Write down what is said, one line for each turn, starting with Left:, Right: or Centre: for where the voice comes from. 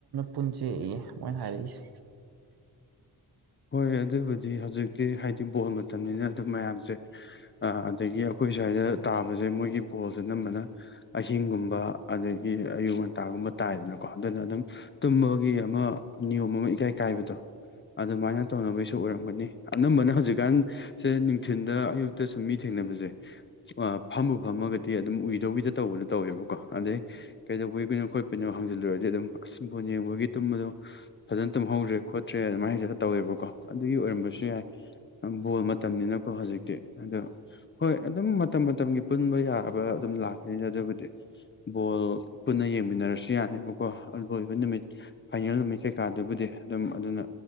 Right: ꯄꯨꯟꯁꯤꯌꯦ ꯃꯣꯏꯅ ꯍꯥꯏꯔꯛꯏꯁꯦ
Left: ꯍꯣꯏ ꯑꯗꯨꯕꯨꯗꯤ ꯍꯧꯖꯤꯛꯇꯤ ꯍꯥꯏꯗꯤ ꯕꯣꯜ ꯃꯇꯝꯅꯤꯅ ꯑꯗꯨꯝ ꯃꯌꯥꯝꯁꯦ ꯑꯗꯒꯤ ꯑꯩꯈꯣꯏ ꯁ꯭ꯋꯥꯏꯗ ꯇꯥꯕꯁꯦ ꯃꯣꯏꯒꯤ ꯕꯣꯜꯁꯦ ꯑꯥ ꯅꯝꯕꯅ ꯑꯍꯤꯡꯒꯨꯝꯕ ꯑꯗꯒꯤ ꯑꯌꯨꯛ ꯉꯟꯇꯥꯒꯨꯝꯕ ꯇꯥꯏꯗꯅꯀꯣ ꯑꯗꯨꯅ ꯑꯗꯨꯝ ꯇꯨꯝꯕꯒꯤ ꯑꯃ ꯅꯤꯌꯣꯝ ꯑꯃ ꯏꯀꯥꯏ ꯀꯥꯏꯕꯗꯣ <unintelligible> ꯑꯗꯨꯃꯥꯏꯅ ꯇꯧꯅꯕꯩꯁꯨ ꯑꯣꯏꯔꯝꯒꯅꯤ ꯑꯅꯝꯕꯅ ꯍꯧꯖꯤꯛꯀꯥꯟꯁꯦ ꯅꯨꯡꯊꯤꯟꯗ ꯑꯌꯨꯛꯇ ꯁꯨꯝ ꯃꯤ ꯊꯦꯡꯅꯕꯁꯦ ꯐꯝꯕꯨ ꯐꯝꯃꯒꯗꯤ ꯑꯗꯨꯝ ꯎꯏꯗꯧꯒꯤꯗ ꯇꯧꯕꯗꯣ ꯇꯧꯋꯦꯕꯀꯣ ꯑꯗꯩ ꯀꯩꯗꯧꯕꯩ ꯀꯣ ꯈꯣꯠꯄꯅꯣ ꯍꯥꯡꯖꯤꯜꯂꯨꯔꯗꯤ ꯑꯗꯨꯝ ꯑꯁ ꯕꯣꯜ ꯌꯦꯡꯕꯒꯤ ꯇꯨꯝꯕꯗꯣ ꯐꯖꯅ ꯇꯨꯝꯍꯧꯗ꯭ꯔꯦ ꯈꯣꯠꯇ꯭ꯔꯦ ꯑꯗꯨꯃꯥꯏ ꯍꯥꯏꯁꯤꯜꯂ ꯇꯧꯋꯦꯕꯀꯣ ꯑꯗꯨꯒꯤ ꯑꯣꯏꯔꯝꯕꯁꯨ ꯌꯥꯏ ꯕꯣꯜ ꯃꯇꯝꯅꯤꯅꯀꯣ ꯍꯧꯖꯤꯛꯇꯤ ꯑꯗ ꯍꯣꯏ ꯑꯗꯨꯝ ꯃꯇꯝ ꯃꯇꯝꯒꯤ ꯄꯨꯟꯕ ꯌꯥꯔꯕ ꯑꯗꯨꯝ ꯂꯥꯛꯀꯅꯤꯗ ꯑꯗꯨꯕꯨꯗꯤ ꯕꯣ ꯕꯣꯜ ꯄꯨꯟꯅ ꯌꯦꯡꯃꯤꯟꯅꯔꯁꯨ ꯌꯥꯅꯦꯕꯀꯣ ꯂꯣꯏꯕ ꯅꯨꯃꯤꯠ ꯐꯥꯏꯅꯦꯜ ꯅꯨꯃꯤꯠ ꯀꯩꯀꯥꯗꯨꯕꯨꯗꯤ ꯑꯗꯨꯝ ꯑꯗꯨꯅ